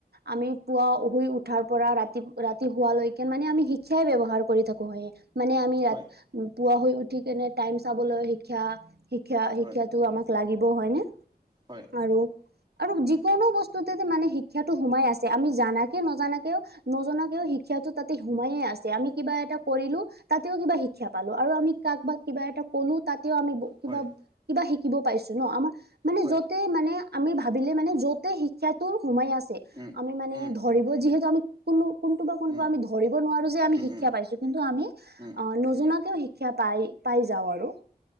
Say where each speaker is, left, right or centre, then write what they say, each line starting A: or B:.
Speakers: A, on the right; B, on the right.
A: আমি পুৱা শুই উঠাৰ পৰা ৰাতি ৰাতি শোৱালৈকে মানে আমি শিক্ষাই ব্যৱহাৰ কৰি থাকো হয় মানে আমি ৰাতিপুৱা
B: হয়
A: শুই উঠি কেনে টাইম চাবলৈ শিক্ষা শিক্ষা শিক্ষা
B: হয়
A: ইটো আমাক লাগিব হয় ন
B: হয়
A: আৰু আৰু
B: হয়
A: যিকোনো বস্তুতে যে মানে শিক্ষাটো সোমাই আছে আমি জানাকে নজনাকেও নজনাকেও শিক্ষা তাতে সোমায়ে আছে আমি কিবা এটা কৰিলো তাতেও কিবা শিক্ষা শিক্ষা পালো আৰু আমি কাক বা কিবা এটা কলো তাতেও আমি -কিবা
B: হয় হয়
A: কিবা শিকিব পাইিছো ন' আমাৰ মানে
B: হয়
A: য'তে মানে আমি ভ ভাবিলে মানে য'তে শিক্ষাটো সোমাই আছে।
B: উম।
A: আমি মানে
B: উম
A: ধৰিব যিহেতু আমি কোনো কোনটো বা কোনটো
B: উম
A: আমি ধৰিব নোৱাৰো যে আমি
B: উম
A: শিক্ষা
B: উম
A: পাইছো কিন্তু আমি
B: উম
A: নজনাকৈও শিক্ষা পাই-পাই যাওঁ আৰু।